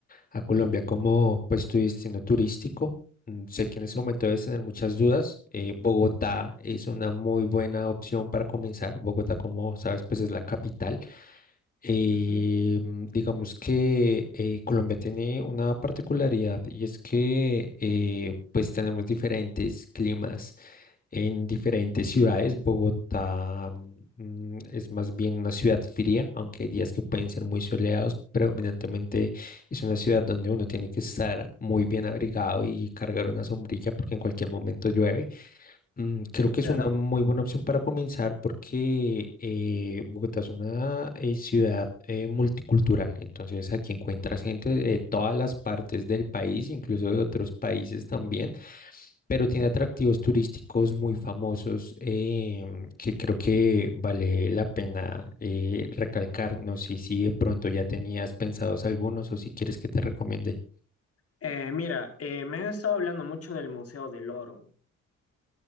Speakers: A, on the left; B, on the left.
A: a Colombia como pues tu destino turístico. Mm, Sé que en ese momento debes tener muchas dudas. Eh, Bogotá es una muy buena opción para comenzar. Bogotá, como sabes, pues es la capital. Eh,
B: ujú,
A: mm, digamos que eh, Colombia tiene una particularidad y es que eh, pues tenemos diferentes climas en diferentes ciudades. Bogotá, mm, es más bien una ciudad fría, aunque hay días que pueden ser muy soleados. Predominantemente es una ciudad donde uno tiene que estar muy bien abrigado y cargar una sombrilla porque en cualquier momento llueve. Mm, Creo que
B: claro.
A: es una muy buena opción para comenzar porque eh, Bogotá es una eh, ciudad eh, multicultural, entonces aquí encuentras gente de todas las partes del país, incluso de otros países también pero tiene atractivos turísticos muy famosos em, que creo que vale la pena eh, recalcar. No sé si de pronto ya tenías pensados algunos o si quieres que te recomiende.
B: Eh, mira, eh, me han estado hablando mucho del Museo del Oro.